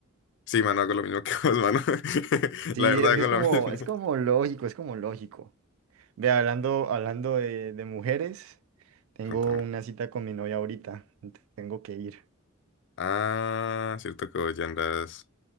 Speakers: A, on the left (about 60°); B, on the right (about 70°).
A: sí, mano, hago lo mismo <laughs> que vos, mano. <laughs>
B: Sí,
A: La verdad,
B: es
A: hago
B: que es
A: lo
B: como,
A: mismo.
B: es como lógico, es como lógico. Ve, hablando, hablando de, de mujeres, tengo
A: <laughs> Contame.
B: una cita con mi novia ahorita, ent- tengo que ir.
A: Ah, cierto que vos ya andas,